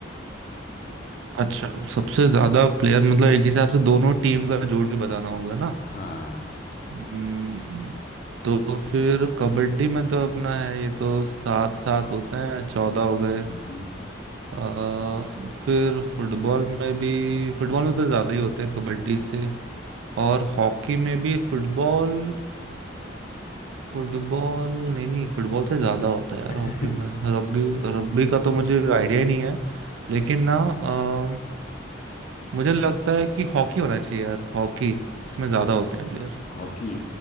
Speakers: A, on the right (about 75°); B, on the left (about 40°).
A: अच्छा सबसे ज्यादा प्लेयर मतलब एक हिसाब से दोनों टीम का जोड़ के बताना होगा ना
B: हाँ
A: हम्म, तो फिर कबड्डी में तो अपना है ये तो सात सात होते हैं चौदह हो गए
B: हम्म
A: आ, फिर फुटबॉल में भी फुटबॉल में तो ज्यादा ही होते हैं कबड्डी से और हॉकी में भी फुटबॉल फुटबॉल नहीं नहीं फुटबॉल से ज्यादा होता है यार
B: <laughs>
A: हॉकी में रग्बी रग्बी का तो मुझे आइडिया ही नहीं है लेकिन ना अ, मुझे लगता है कि हॉकी होना चाहिए यार हॉकी इसमें ज्यादा होते हैं प्लेयर
B: हॉकी